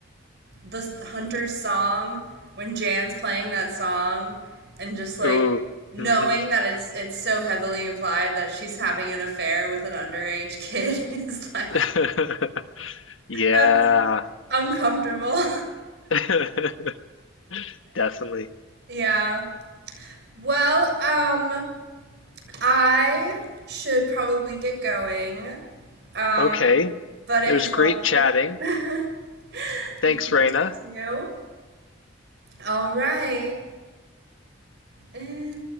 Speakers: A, on the right; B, on the left.
A: the hunter's song when Jan's playing that song and just like
B: Ooh.
A: knowing
B: hmm
A: that it's it's so heavily implied that she's having an affair with an underage kid <laughs> is like
B: <laughs> Yeah.
A: uh, uncomfortable.
B: <laughs> Definitely.
A: <laughs> yeah. Well, um I should probably get going. Um
B: Okay.
A: but it
B: It was
A: was
B: great
A: lovely.
B: chatting.
A: <laughs> Good
B: Thanks, Raina.
A: to talk to you. All right. And-